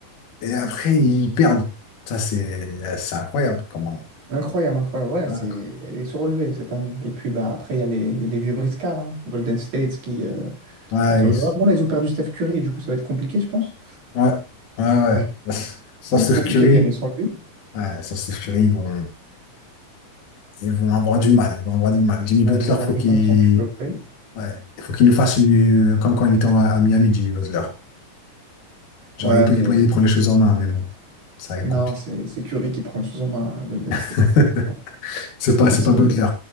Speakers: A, on the left; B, on the right.
A: Et après, ils perdent. Ça, c'est c'est incroyable. Comment...
B: Incroyable, incroyable. Ouais,
A: incroyable.
B: c'est, ils sont relevés cette année. Et puis bah, après, il y a les, les vieux briscards, hein. Golden State qui, euh,
A: Ouais,
B: Parce
A: ils-
B: que Vraiment, là, ils ont perdu Steph Curry, et du coup, ça va être compliqué, je pense.
A: ouais, ouais.
B: Euh,
A: ouais. <laughs> Sans
B: ça va
A: Steph
B: être compliqué
A: Curry,
B: de gagner sans lui.
A: ouais, sans Steph Curry, ils vont, ils vont avoir du mal. Ils vont avoir du mal. Jimmy Butler,
B: Ouais, ils vont avoir
A: faut
B: du
A: qu'il
B: mal sans Curry.
A: Ouais, il faut qu'il nous fasse une, euh, comme quand il était à à Miami, Jimmy Butler. Genre,
B: Ouais,
A: il,
B: mais
A: il- il prend les choses en main, mais bon, ça va être
B: non,
A: compliqué.
B: c'est c'est Curry qui prend les choses en main à Golden State.
A: <laughs>
B: Ah,
A: C'est
B: C'est
A: pas,
B: personne
A: c'est pas Butler.
B: d'autre.